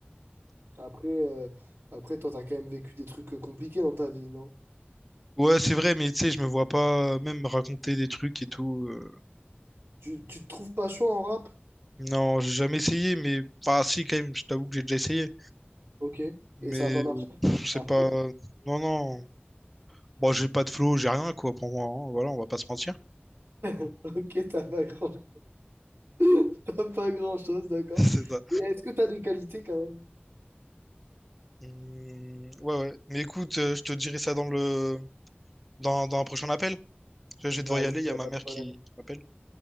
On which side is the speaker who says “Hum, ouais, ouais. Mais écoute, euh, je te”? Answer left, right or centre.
Centre